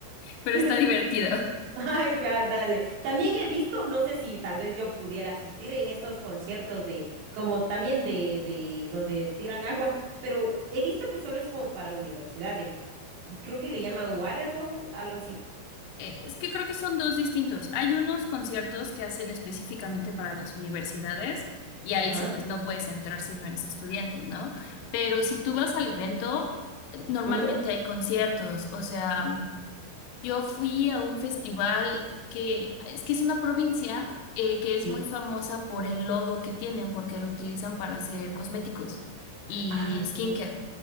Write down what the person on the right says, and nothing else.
<laughs>
Ay, va, dale. También he visto, no sé si tal vez yo pudiera asistir en estos conciertos de, como también de, de donde tiran agua, pero he visto que solo es como para universidades. Creo que le llaman waterbomb, algo así.
Ajá.
ujú,
Sí.
Ah,
ya, ya, ya.